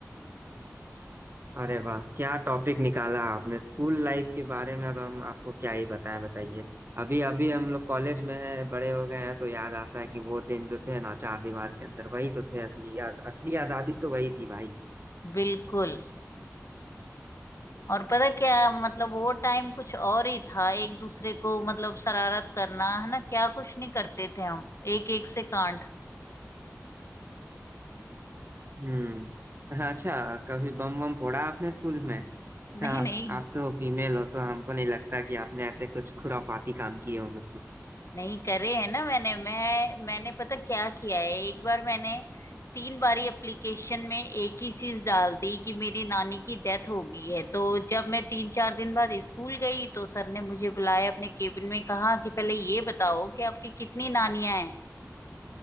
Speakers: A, on the right; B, on the left.
A: अरे वाह क्या टॉपिक निकाला आपने स्कूल लाइफ के बारे में अब हम आपको क्या ही बताएं बताइए अभी अभी हम लोग कॉलेज में है बड़े हो गए हैं तो याद आता है कि वो दिन जो थे ना चार दीवार के अंदर वही तो थे असली आज- असली आजादी तो वही थी भाई
B: बिल्कुल और पता क्या मतलब वो टाइम कुछ और ही था एक दूसरे को मतलब शरारत करना है ना क्या कुछ नहीं करते थे हम एक एक से कांड
A: हम्म अच्छा कभी बम बम फोड़ा आपने स्कूल में
B: <laughs> नहीं
A: हाँ
B: नहीं
A: आप तो फीमेल हो तो हमको नहीं लगता कि आपने ऐसे कुछ खुराफाती काम किए हो मुझको
B: नहीं करे है ना मैंने मैं मैंने पता क्या किया है एक बार मैंने तीन बारी एप्लीकेशन में एक ही चीज डाल दी कि मेरी नानी की डेथ हो गई है तो जब मैं तीन चार दिन बाद स्कूल गई तो सर ने मुझे बुलाया अपने केबिन में कहा कि पहले ये बताओ कि आपकी कितनी नानियां हैं